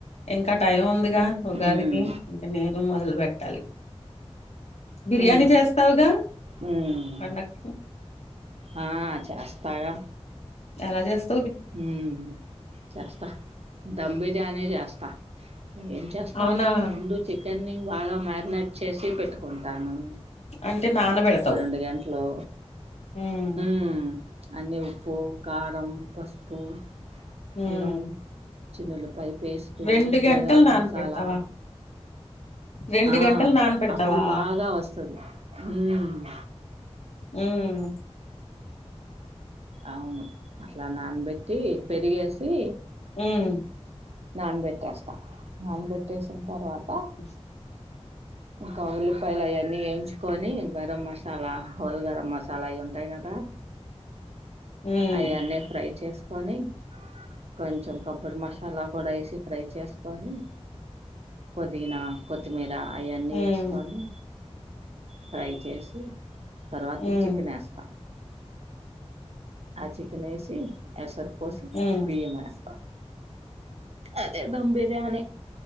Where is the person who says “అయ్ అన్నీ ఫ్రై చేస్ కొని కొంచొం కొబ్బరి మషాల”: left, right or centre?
Right